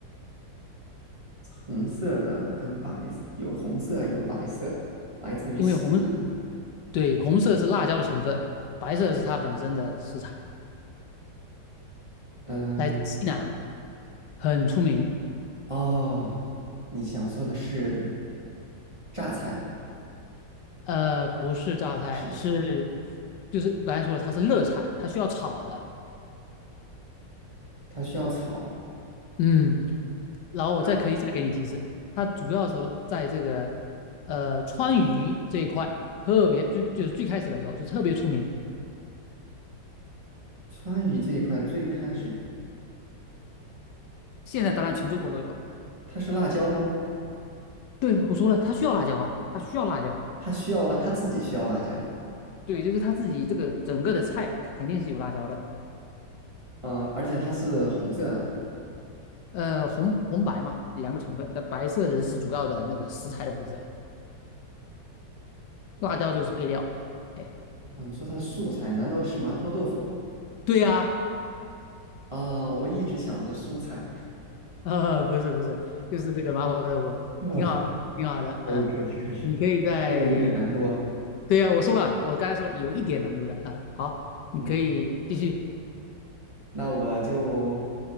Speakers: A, on the right; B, on the left.
A: 红色的跟白有红色，有白色，来自于西南。
B: 因为红，对，红色是辣椒的成分，白色是它本身的食材。
A: 嗯、
B: 来自西南，很出名。
A: 呃哦，你想说的是榨菜，
B: 呃，不是榨菜，
A: 是
B: 是就是我刚才说了，它是热菜，它需要炒的。
A: 它需要炒。
B: 嗯，然后我再可以再给你提示，
A: 啊
B: 它主要是在这个呃川渝这一块特别最就是最开始的时候就特别出名，
A: 川渝这一块最开始
B: 现在当然全中国都有了。
A: 它是辣椒吗？
B: 对，我说了，它需要辣椒啊，它需要辣椒。
A: 它需要辣，它自己需要辣椒。
B: 对，就是它自己这个整个的菜，它肯定是有辣椒的。
A: 啊，而且它是红色的。
B: 呃，红红白嘛，两个成分，但白色的是主要的那个食材的部分。辣椒就是配料。哎，
A: 哦，你说它是素菜，难道是麻婆豆腐？
B: 对呀、
A: 啊、我一直想的是蔬菜。
B: 呃，不是不是，就是这个麻婆豆腐，
A: <laughs>
B: 挺好，
A: 啊，
B: 挺好的。
A: 可以可以可以，
B: 嗯，你可以在，
A: 这个有点难度啊。
B: 对呀、我说了，我刚才说了，有一点难度的。啊、好，你可以继续。
A: 嗯，那我就